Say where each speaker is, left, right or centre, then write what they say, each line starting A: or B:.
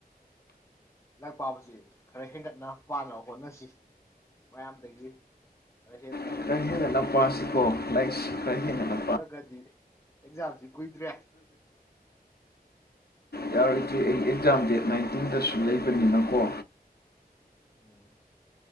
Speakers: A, on the left; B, on the left.
A: ꯂꯥꯏꯔꯤꯛ ꯄꯥꯕꯁꯤ ꯈꯔ ꯍꯦꯟꯒꯠꯅ ꯄꯥꯅꯕ ꯍꯣꯠꯅꯁꯤ ꯃꯌꯥꯝꯗꯒꯤ ꯈꯔ ꯍꯦꯟꯅꯕ
B: ꯈꯔ ꯍꯦꯟꯒꯠꯅ ꯄꯥꯁꯤꯀꯣ ꯂꯥꯏꯔꯤꯛꯁꯤ ꯈꯔ ꯍꯦꯟꯒꯠꯅ
A: ꯅꯠꯇ꯭ꯔꯒꯗꯤ ꯑꯦꯛꯖꯥꯝꯁꯤ ꯀꯨꯏꯗ꯭ꯔꯦ
B: ꯌꯥꯔꯤ ꯑꯦꯛꯖꯥꯝ ꯗꯦꯠ ꯅꯥꯏꯟꯇꯤꯟꯗꯁꯨ ꯂꯩꯕꯅꯤꯅꯀꯣ
A: ꯎꯝ